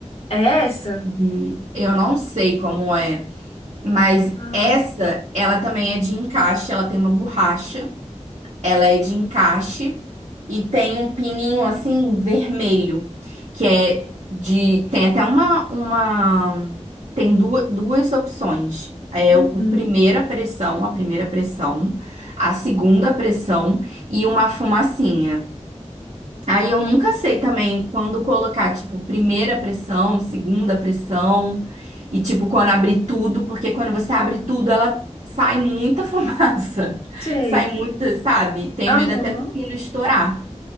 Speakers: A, on the left; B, on the right.
A: É essa?
B: hum, eu não sei como é, mas
A: Ah,
B: essa ela também é de encaixe, ela tem uma borracha, ela é de encaixe e tem um pininho assim vermelho, que é de tem até uma uma tem duas, duas opções. É
A: uhum.
B: o o primeira pressão, a primeira pressão, a segunda pressão e uma fumacinha. Aí eu nunca sei também quando colocar, tipo, primeira pressão, segunda pressão, e tipo, quando abrir tudo, porque quando você abre tudo, ela sai muita <laughs> fumaça.
A: Sei.
B: Sai muita, sabe? Tenho
A: Aham.
B: medo até do pino estourar,